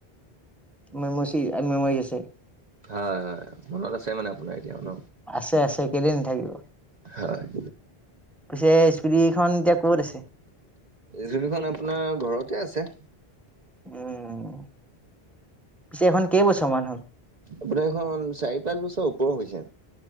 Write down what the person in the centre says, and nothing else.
মেমচি মেমৰি আছে।
আছে আছে কেলে নাথাকিব
পিছে, স্কুটি খন এতিয়া ক'ত আছে?
উম। পিছে এইখন কেই বছৰমান?